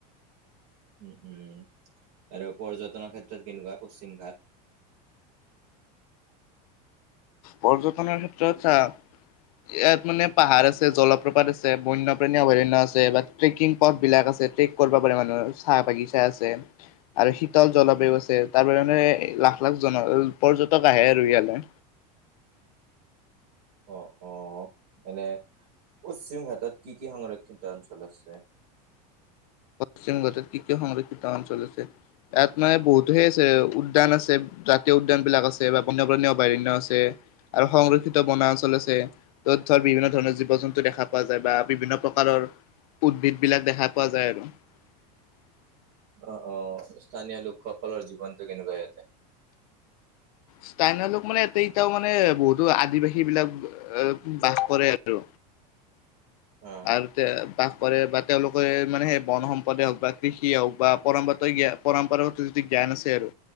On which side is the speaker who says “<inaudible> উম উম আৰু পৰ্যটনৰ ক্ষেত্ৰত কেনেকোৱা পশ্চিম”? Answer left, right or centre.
Right